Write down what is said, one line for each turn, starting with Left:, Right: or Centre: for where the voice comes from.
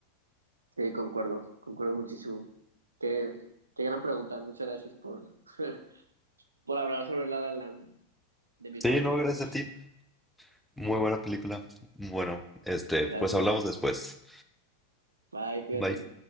Right: Sí, concuerdo, concuerdo muchísimo. Qué, qué gran pregunta. Muchas gracias por, <laughs> por hablar sobre La La Land, de mis
Centre: Sí,
Right: favoritas.
Centre: no, gracias a ti. Muy buena película. Bueno, este,
Right: Gracias.
Centre: pues hablamos después.
Right: Bye, cuídate.
Centre: Bye.